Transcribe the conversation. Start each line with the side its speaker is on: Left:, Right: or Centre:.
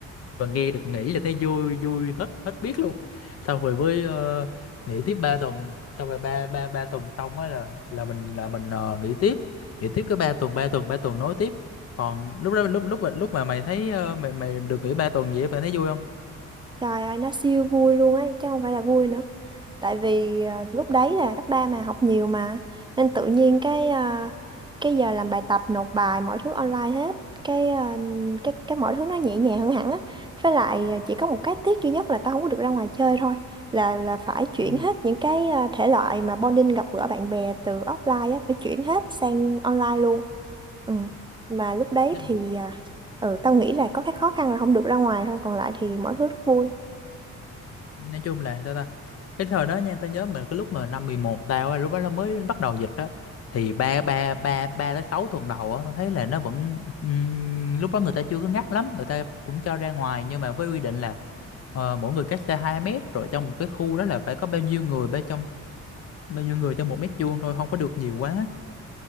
Left: và nghe được nghĩ là thấy vui vui hết hết biết luôn xong rồi với ờ, nghỉ tiếp ba tuần xong rồi ba ba ba tuần xong á là là mình là mình ờ, nghỉ tiếp nghỉ tiếp cái ba tuần ba tuần ba tuần nối tiếp còn lúc đó lúc lúc mà- lúc mà mày thấy ờ, mày mày được nghỉ ba tuần gì á, mày thấy vui không
Right: Trời ơi nó siêu vui luôn ấy chứ không phải là vui nữa. tại vì à, lúc đấy là cấp 3 mà học nhiều mà nên tự nhiên cái à, cái giờ làm bài tập nộp bài mọi thứ online hết cái à, cái cái mọi thứ nó nhẹ nhàng hơn hẳn á với lại à, chỉ có một cái tiếc duy nhất là tao không có được ra ngoài chơi thôi là là phải chuyển
Left: Ừ.
Right: hết những cái à, thể loại mà bonding gặp gỡ bạn bè từ offline á phải chuyển hết sang online luôn ừ. mà lúc đấy
Left: Ừ.
Right: thì à, ừ tao nghĩ là có cái khó khăn là không được ra ngoài thôi còn lại thì mọi thứ rất vui
Left: nói chung là sao ta cái thời đó nha tao nhớ mình cái lúc mà năm 11, tao á, lúc đó nó mới bắt đầu dịch đó thì ba ba ba ba tới sáu tuần đầu á tao thấy là nó vẫn ừm, lúc đó người ta chưa có ngắt lắm người ta cũng cho ra ngoài nhưng mà với quy định là ờ, mỗi người cách xa 2 mét rồi trong một cái khu đó là phải có bao nhiêu người bên trong bao nhiêu người trong một mét vuông thôi không có được nhiều quá